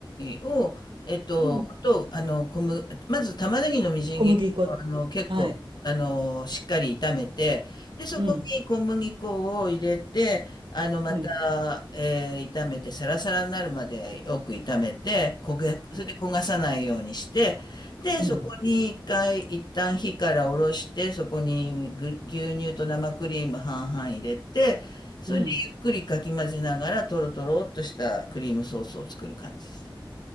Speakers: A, on the left (about 55°); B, on the right (about 75°).
A: りを、えっと、
B: うん。
A: と、あの、小麦、まず玉ねぎのみじん切りを、
B: 小麦粉。
A: あの、結構、
B: はい。
A: あのーしっかり炒めて、で、そこに小麦粉を入れて、
B: うん。
A: あの、また、
B: うん。
A: えー炒めて、サラサラになるまでよく炒めて、焦げ、
B: うん。
A: それで焦がさないようにして、で、
B: うん。
A: そこに一回、一旦火から下ろして、そこにぐ牛乳と生クリーム半々入れて、それでくりかき混ぜながら、
B: うん。
A: とろとろっとしたクリームソースを作る感じです。